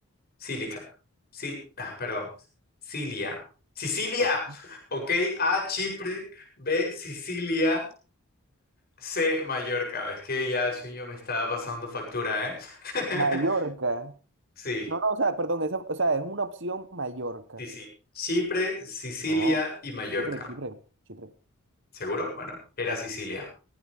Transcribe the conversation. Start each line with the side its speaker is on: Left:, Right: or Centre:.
Left: Sílica. Sí, ah, perdón. Cilia. Sicilia.
Right: ok.
Left: Ok, A. Chipre. B. Sicilia. C. Mallorca. Es que ya el sueño me estaba pasando factura, ¿eh? <laughs>
Right: Mallorca.
Left: Sí.
Right: No, no, o sea, perdón, esa, o sea, es una opción Mallorca.
Left: Sí, sí. Chipre, Sicilia
Right: No,
Left: y Mallorca.
Right: Chipre, Chipre, Chipre.
Left: ¿Seguro? Bueno, era Sicilia.